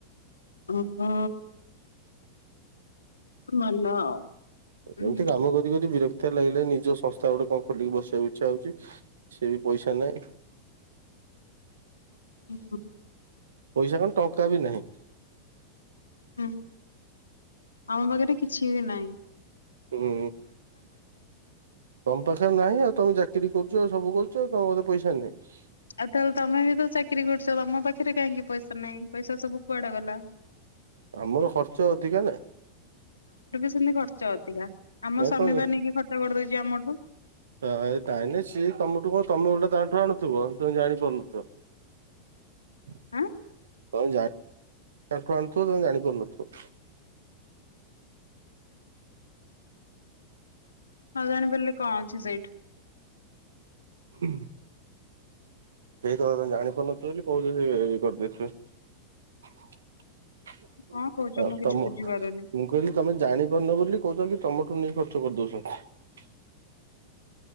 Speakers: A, on the left; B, on the right.
A: ଓହୋ। ଭଲ ଆଉ।
B: ଏମିତି
A: ଉଁ
B: କାମ କରି କରି ବିର ଏତେ ଲାଗିଲେ ନିଜ ସଂସ୍ଥା ଗୋଟେ କଣ ଖୋଲିକି ବସିବାକୁ ଇଛା ହଉଛି, ସେ ବି ପଇସା ନାହିଁ
A: <unintelligible>
B: ପଇସା କଣ ଟଙ୍କା ବି ନାହିଁ।
A: ହଁ ଆମ ପାଖରେ କିଛି ବି ନାଇଁ।
B: ହୁଁ ତମ ପାଖରେ ନାହିଁ ଆଉ ତମେ ଚାକିରି କରୁଛ ଆଉ ସବୁ କରୁଛ <unintelligible> ପଇସା ନାହିଁ
A: ଆଉ ତାହେଲେ ତମେ ବି ତ ଚାକିରି କରୁଛ ତମ ପାଖରେ କାହିଁକି ପଇସା ନାହିଁ ପଇସା ସବୁ କୁଆଡେ ଗଲା।
B: ଆମର ଖର୍ଚ୍ଚ ଅଧିକା ନା।
A: <unintelligible> ଖର୍ଚ୍ଚ ଅଧିକା
B: <unintelligible>
A: ଆମ ସ୍ୱାମୀ ବା ନେଇକି ଖର୍ଚ୍ଚ
B: ତାଠୁ
A: କରିଦଉଛି ଆମଠୁ
B: ଆଣୁଥିବ ତୁମେ ଜାଣି ପାରୁନଥିବ।
A: ହଁ।
B: ତମେ <inaudible> ତାଠୁ ଆଣୁଥିବ ତମେ ଜାଣିପାରୁନଥିବ।
A: ହଁ ଜାଣି ପାରିଲେ କଣ ଅଛି ସେଇଠି
B: ହୁଁ। ସେଇ କଥା ତମେ ଜାଣି ପାରୁନଥିବ ବୋଲି କହୁଛ ସେ ଏ ଇଏ କରିଦେଇଥିବେ।
A: କଣ କହୁଛ
B: ଆଉ
A: ମୁଁ କିଛି
B: ତମ
A: ବୁଝିପାରୁନି।
B: ମୁଁ କହିଲି ତମେ ଜାଣିପାରୁନ ବୋଲି କହୁଛ କି ତମଠୁ ନେଇ ଖର୍ଚ୍ଚ କରିଦଉଛନ୍ତି।